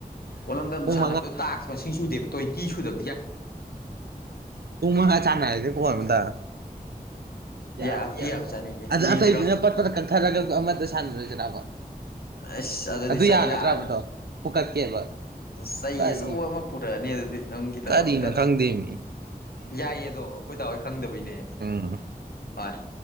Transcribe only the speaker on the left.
ꯀꯣꯠꯂꯝꯗꯝ
ꯁꯥꯟꯅꯕꯗꯣ ꯇꯥꯛꯁ ꯃꯁꯤꯡ ꯁꯨꯗꯦꯕ ꯇ꯭ꯋꯦꯟꯇꯤ ꯁꯨꯗꯕ
ꯌꯥꯕꯗꯤ ꯌꯥꯕ ꯆꯥꯅꯤꯅꯦ
ꯌꯦꯡꯁꯤꯔꯣ
ꯑꯁ ꯑꯗꯨꯗꯤ
ꯆꯩ
ꯂꯥꯛꯑꯅꯤ
ꯆꯩ
ꯑꯆꯧꯕ ꯑꯃ ꯄꯨꯔꯛꯑꯅꯤ ꯑꯗꯨꯗꯤ ꯅꯪꯒꯤꯗꯃꯛꯇ
ꯌꯥꯏꯌꯦ ꯑꯗꯣ ꯑꯩꯈꯣꯏ ꯗꯥ ꯍꯣꯏ ꯈꯪꯗꯕꯩꯅꯦ
ꯍꯣꯏ